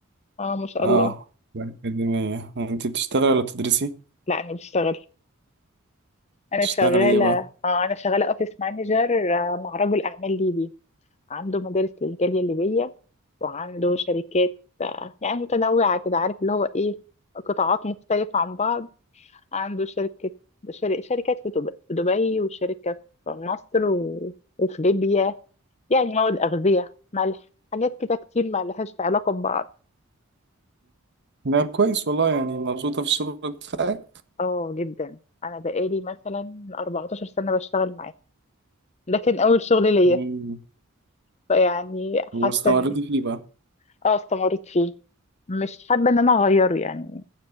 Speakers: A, on the left (about 30°); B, on the right (about 55°).
A: اه ما شاء
B: اه
A: الله
B: يعني اكاديميه انت بتشتغلي ولا بتدرسي
A: لا انا بشتغل انا
B: بتشتغلي
A: شغالة
B: ايه بقى
A: اه انا شغالة اوفيس مانجر آه، مع رجل اعمال ليبي عنده مدارس للجالية الليبية وعنده شركات آه، يعني متنوعة كده عارف اللي هو ايه قطاعات مختلفة عن بعض عنده شركة شر- شركات في دبي في دبي وشركة في مصر و... وفي ليبيا يعني مواد أغذية ملح حاجات كده كتير ما لهاش علاقة ببعض
B: لا كويس والله يعني مبسوطه في الشغل بتاعك
A: اه جدا أنا بقالي مثلا 14 سنة بشتغل معاه ده كان أول شغل ليا
B: مم.
A: فيعني حاسة
B: واستمريتي
A: إن
B: فيه بقى
A: اه استمريت فيه مش حابة إن أنا أغيره يعني